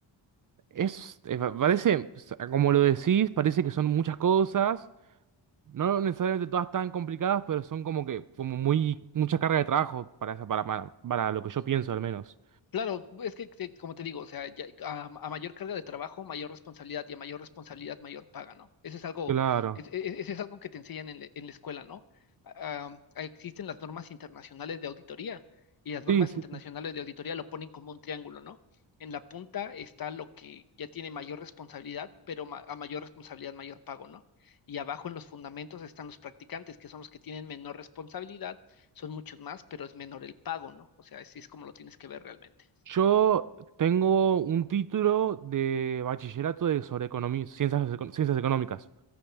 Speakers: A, on the right (about 45°); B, on the left (about 50°).
A: Es, eh, pa- parece, o sea, como lo decís, parece que son muchas cosas. No necesariamente todas tan complicadas, pero son como que, como muy, mucha carga de trabajo para esa, para, para, para lo que yo pienso al menos.
B: Claro, es que, que, como te digo, o sea, ya- a, a mayor carga de trabajo, mayor responsabilidad y a mayor responsabilidad, mayor paga, ¿no? Eso es algo,
A: Claro.
B: es- es- eso es algo que te enseñan en, la en la escuela, ¿no? Ah, existen las normas internacionales de auditoría y las normas
A: Sí, sí,
B: internacionales
A: sí.
B: de auditoría lo ponen como un triángulo, ¿no? En la punta está lo que ya tiene mayor responsabilidad, pero ma- a mayor responsabilidad, mayor pago, ¿no? Y abajo en los fundamentos están los practicantes, que son los que tienen menor responsabilidad, son muchos más, pero es menor el pago, ¿no? O sea, así es como lo tienes que ver realmente.
A: Yo tengo un título de bachillerato de sobre economía, ciencias, eco- ciencias económicas.